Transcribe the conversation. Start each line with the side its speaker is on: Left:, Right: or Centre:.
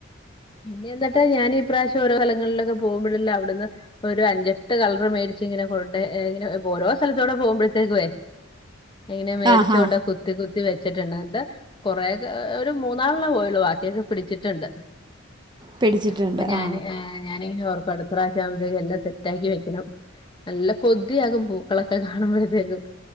Left: പിന്നെ എന്നിട്ട് ഞാൻ ഇ പ്രാവശ്യം ഓരോ സ്ഥലങ്ങൾള്ളോക്കെ പോമ്പോഴല്ല അവിടുന്ന് ഇപ്പൊ ര് അഞ്ചെട്ട് കളർ മേടിച്ച് ഇങ്ങനെ കൊണ്ടേ ഇങ്ങനെ ഓരോ സ്ഥലത്തോടെ പോമ്പത്തേക്കുവെ എങ്ങനെ മേടിച്ചോണ്ട്
Right: ആ ഹാ
Left: കു കുത്തി കുത്തി വെച്ചിട്ടുണ്ട് ണ്ട് കൊറെ കെ ഒരു മൂന്നാലണ്ണം പോയുള്ളു ഭ <unintelligible> പിടിച്ചിട്ടുണ്ട്
Right: പിടിച്ചിട്ടുണ്ട്
Left: അപ്പൊ ഞാന്
Right: ആ
Left: ഞാൻ ഞാനിങ്ങനെ ഓർകു അടുത്ത പ്രവശൃം ആമ്പതേക്ക് എല്ലാം സെറ്റ് ആക്കി വെക്കണം നല്ല കൊതിആകും പൂക്കളൊക്കെ കാണുമ്പഴത്തേക്കും